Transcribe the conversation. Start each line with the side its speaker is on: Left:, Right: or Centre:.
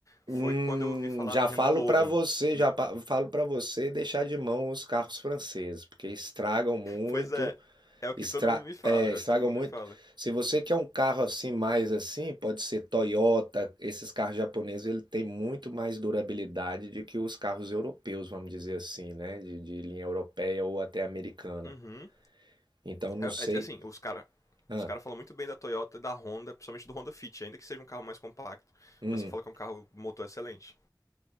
Right: Hum,
Left: Foi quando eu ouvi falar
Right: já
Left: do Renault
Right: falo
Left: Logan.
Right: pra você,
Left: E-
Right: já pa- falo para você deixar de mão os carros franceses, porque estragam muito,
Left: pois é, é o que
Right: estra,
Left: todo mundo me fala,
Right: é,
Left: é
Right: estragam
Left: o que todo mundo
Right: muito.
Left: me fala.
Right: Se você quer um carro assim mais assim, pode ser Toyota, esses carros japoneses, ele tem muito mais durabilidade do que os carros europeus, vamos dizer assim, né, de, de linha europeia ou até americana.
Left: Uhum.
Right: Então não
Left: É-
Right: sei,
Left: é- assim, os cara,
Right: ah,
Left: os cara falam muito bem da Toyota e da Honda, principalmente do Honda Fit, ainda que seja um carro mais compacto.
Right: hum,
Left: O pessoal fala que é um carro motor excelente.